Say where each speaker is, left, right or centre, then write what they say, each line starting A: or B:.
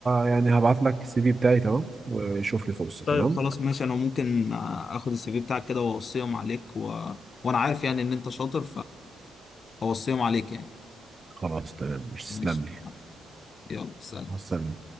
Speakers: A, on the right (about 25°); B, on the left (about 45°).
A: يعني هبعت لك السي في بتاعي تمام وشوف لي فرصه
B: طيب
A: تمام
B: خلاص ماشي انا ممكن آه، اخد السي في بتاعك كده واوصيهم عليك و... وانا عارف يعني ان انت شاطر فاوصيهم عليك يعني
A: خلاص تمام مش تسلم
B: ماشي
A: لي
B: اتفقنا. يلا سلام
A: مع السلامة.